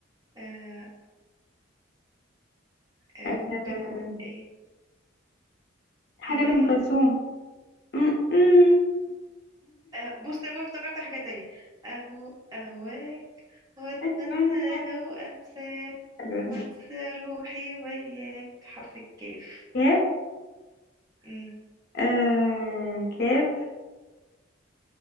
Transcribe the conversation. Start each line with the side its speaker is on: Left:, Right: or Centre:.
Right: آه آه ممكن
Left: آه،
Right: نقول ايه
Left: حاجة
Right: آه
Left: لأم كلثوم <laughs>
Right: آه بص انا افتكرت حاجة تاني اهو اهواك واتمنى
Left: أتمنى
Right: لو انساك
Left: أيوة دي.
Right: وانسى
Left: <laughs>
Right: روحي وياك حرف الكاف
Left: كاف
Right: مم.
Left: آه كاف